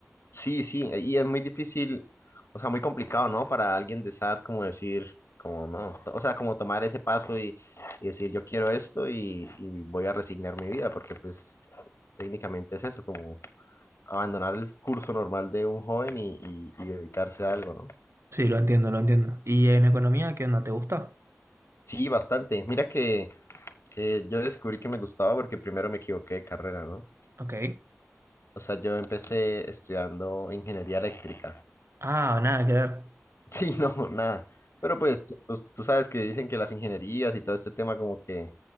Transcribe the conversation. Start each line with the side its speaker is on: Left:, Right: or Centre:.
Left: Sí, sí, e, y es muy difícil, o sea, muy complicado, ¿no? Para alguien de esa edad como decir, como no, o sea, como tomar ese paso y, y decir yo quiero esto y, y voy a resignar mi vida, porque pues técnicamente es eso, como abandonar el curso normal de un joven y, y y dedicarse a algo, ¿no?
Right: Sí, lo entiendo, lo entiendo. ¿Y en economía qué onda? ¿Te gusta?
Left: Sí, bastante. Mira que... que yo descubrí que me gustaba porque primero me equivoqué de carrera, ¿no?
Right: Ok.
Left: O sea, yo empecé estudiando ingeniería eléctrica.
Right: Ah, nada que ver.
Left: Sí, <laughs> no, nada. Pero pues tú, tú sabes que dicen que las ingenierías y todo este tema como que